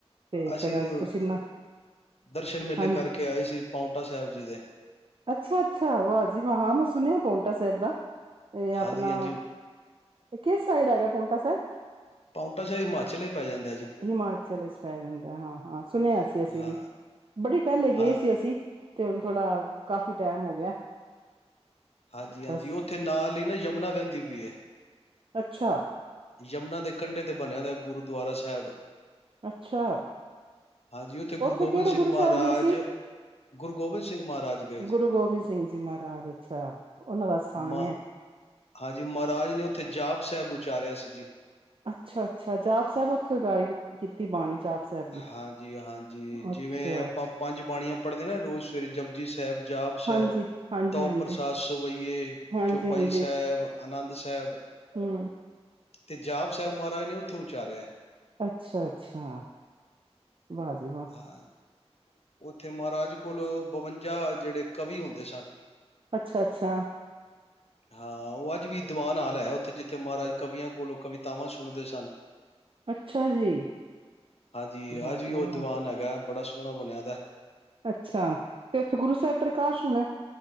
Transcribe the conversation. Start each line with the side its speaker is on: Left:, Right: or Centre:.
Right: ਤੇ
Left: ਅਸੀਂ
Right: ਫੇਰ
Left: ਵੀ
Right: ਅੱਜ
Left: ਹੁਣ
Right: ਤੁਸੀਂ ਨਾ
Left: ਦਰਸ਼ਨ ਮੇਲੇ
Right: ਹਾਂਜੀ
Left: ਕਰਕੇ ਆਏ ਸੀ ਪਾਉਂਟਾ ਸਾਹਿਬ ਜੀ ਦੇ।
Right: ਅੱਛਾ, ਅੱਛਾ ਵਾਹ ਜੀ ਵਾਹ ਹਾਂ ਮੈਂ ਸੁਣਿਆ ਪਾਉਂਟਾ ਸਾਹਿਬ ਦਾ। ਇਹ ਆਪਣਾ
Left: ਹਾਂਜੀ ਹਾਂਜੀ
Right: ਇਹ ਕਿਸ ਸਾਈਡ ਹੈਗਾ ਪਾਉਂਟਾ ਸਾਹਿਬ।
Left: ਪਾਉਂਟਾ ਸਾਹਿਬ ਹਿਮਾਚਲ ਹੀ ਪੈ ਜਾਂਦਾ ਜੀ
Right: ਹਿਮਾਚਲ ਵਿੱਚ ਪੈ ਜਾਂਦਾ ਹਾਂ, ਹਾਂ ਸੁਣਿਆ ਸੀ ਅਸੀਂ
Left: ਹਾਂ
Right: ਵੀ ਬੜੇ ਪਹਿਲੇ ਗਏ
Left: ਹਾਂ
Right: ਸੀ ਅਸੀਂ ਤੇ ਹੁਣ ਥੋੜਾ ਕਾਫੀ ਟਾਈਮ ਹੋ ਗਿਆ।
Left: ਹਾਂਜੀ ਹਾਂਜੀ
Right: ਬਸ
Left: ਉੱਥੇ ਨਾਲ ਹੀ ਨਾ ਯਮੁਨਾ ਵਹਿੰਦੀ ਪਈ ਹੈ।
Right: ਅੱਛਾ
Left: ਯਮੁਨਾ ਦੇ ਕੰਢੇ ਤੇ ਬਣਿਆ ਦਾ ਗੁਰੂਦੁਆਰਾ ਸਾਹਿਬ
Right: ਅੱਛਾ
Left: ਹਾਂਜੀ ਗੁਰੂ
Right: ਉੱਥੇ
Left: ਗੋਬਿੰਦ
Right: ਕਿਹੜੇ
Left: ਸਿੰਘ
Right: ਗੁਰੂ
Left: ਮਹਾਰਾਜ
Right: ਸਾਹਿਬ ਗਏ ਸੀ।
Left: ਗੁਰੂ ਗੋਬਿੰਦ ਸਿੰਘ ਮਹਾਰਾਜ ਗਏ ਜੀ
Right: ਗੁਰੂ ਗੋਬਿੰਦ ਸਿੰਘ ਜੀ ਮਹਾਰਾਜ ਅੱਛਾ ਉਹਨਾਂ ਦਾ ਸਥਾਨ
Left: ਮ
Right: ਹੈ।
Left: ਹਾਂਜੀ ਮਹਾਰਾਜ ਨੇ ਉੱਥੇ ਜਾਪ ਸਾਹਿਬ ਉਚਾਰਿਆ ਸੀ ਜੀ।
Right: ਅੱਛਾ ਅੱਛਾ ਜਾਪ ਸਾਹਿਬ ਉੱਥੇ ਗਾਇਣ ਕੀਤੀ ਬਾਣੀ ਜਾਪ ਸਾਹਿਬ ਦੀ।
Left: ਹਾਂਜੀ ਹਾਂਜੀ ਜਿਵੇਂ
Right: ਅੱਛਾ।
Left: ਆਪਾਂ ਪੰਜ ਬਾਣੀਆਂ ਪੜ੍ਹਦੇ ਨੇ ਰੋਜ਼ ਸਵੇਰੇ ਜਪਜੀ ਸਾਹਿਬ ਜਾਪ ਸਾਹਿਬ
Right: ਹਾਂਜੀ, ਹਾਂਜੀ-ਹਾਂਜੀ,
Left: ਤੋ ਪ੍ਰਸਾਦ ਸਵਈਏ
Right: ਹਾਂਜੀ-ਹਾਂਜੀ,
Left: ਚੌਪਾਈ ਸਾਹਿਬ ਆਨੰਦ ਸਾਹਿਬ
Right: ਹੂੰ-ਹੂੰ,
Left: ਤੇ ਜਾਪ ਸਾਹਿਬ ਮਹਾਰਾਜ ਨੇ ਉੱਥੇ ਉਚਾਰਿਆ।
Right: ਅੱਛਾ, ਅੱਛਾ। ਵਾਹ ਜੀ ਵਾਹ।
Left: ਹਾਂ ਉੱਥੇ ਮਹਾਰਾਜ ਕੋਲ ਬਵੰਜਾ ਜਿਹੜੇ ਕਵੀ ਹੁੰਦੇ ਸਨ।
Right: ਅੱਛਾ ਅੱਛਾ
Left: ਹਾਂ ਉਹ ਅੱਜ ਵੀ ਦੀਵਾਨ ਹਾਲ ਹੈ ਉੱਥੇ ਜਿੱਥੇ ਮਹਾਰਾਜ ਕਵੀਆਂ ਕੋਲੋਂ ਕਵਿਤਾਵਾਂ ਸੁਣਦੇ ਸਨ।
Right: ਅੱਛਾ ਜੀ,
Left: ਹਾਂਜੀ
Right: ਵਾਹ
Left: ਅੱਜ ਵੀ
Right: ਜੀ
Left: ਉਹ
Right: ਵਾਹ,
Left: ਦੀਵਾਨ ਹੈਗਾ ਬੜਾ ਓਣਾ ਬਣਿਆ। ਦਾ
Right: ਅੱਛਾ ਤੇ ਉੱਥੇ ਗੁਰੂ ਸਾਹਿਬ ਪ੍ਰਕਾਸ਼ ਹੋਣਾ।